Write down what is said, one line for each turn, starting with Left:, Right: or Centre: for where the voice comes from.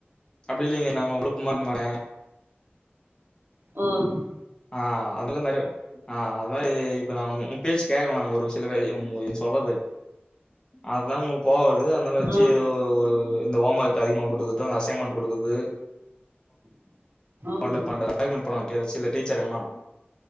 Left: அப்டி இல்லைங்க நாங்க உங்ளுக் மாக் மாடே
Right: ம்
Left: ஆ அதுல நெறைய ஆ அது மாரி இப்ப நா உங் உ பேச்சி கேக்க நாங்க ஒரு சில பேரியு உங்கயின் சொல்றது அதா உங்களுக்கு கோவ இருக்குது அதனால வச்சு
Right: ம்
Left: இந்த ஓமர்க் அதிகமா குடுக்கர்து அசைமெண்ட் குடுக்கர்து
Right: ம்
Left: பண்ட பண்றது பிளாக்மெய்ல் பண்ணுவாங்க டே சில டீச்சரு இவங்ல்லா